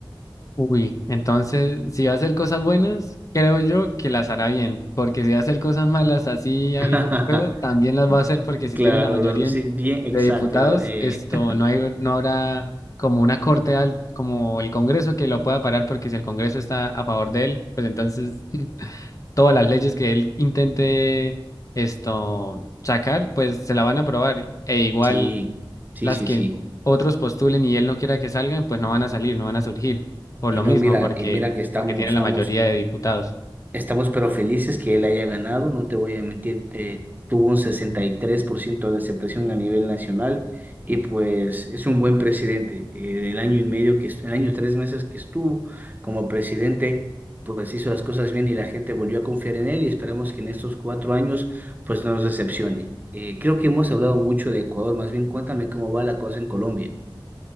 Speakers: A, on the left (about 40°); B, on the right (about 20°).
A: Uy, entonces, si va a hacer cosas buenas, creo yo que las hará bien, porque si va a hacer cosas malas, así algo
B: <laughs>
A: feo, también las va a hacer porque si
B: Claro,
A: tiene la mayoría
B: lo- sí,
A: en-
B: bien, exacto.
A: de diputados,
B: la- eh,
A: esto
B: <laughs>
A: no hay, no habrá como una corte alta, como el Congreso que lo pueda parar, porque si el Congreso está a favor de él, pues entonces <laughs> todas las leyes que él intente esto sacar, pues se la van a aprobar. E igual
B: sí, sí,
A: las
B: sí,
A: que
B: sí.
A: otros postulen y él no quiera que salgan, pues no van a salir, no van a surgir, por
B: Y
A: lo
B: no,
A: mismo,
B: mira,
A: porque,
B: y mira que estamos,
A: porque tiene la
B: estamos.
A: mayoría de diputados.
B: Estamos pero felices que él haya ganado, no te voy a mentir, eh, tuvo un 63% de aceptación a nivel nacional y pues es un buen presidente. Eh, el año y medio que, est- el año y tres meses que estuvo como presidente, pues hizo las cosas bien y la gente volvió a confiar en él y esperamos que en estos cuatro años pues no nos decepcione. Eh, creo que hemos hablado mucho de Ecuador, más bien cuéntame cómo va la cosa en Colombia.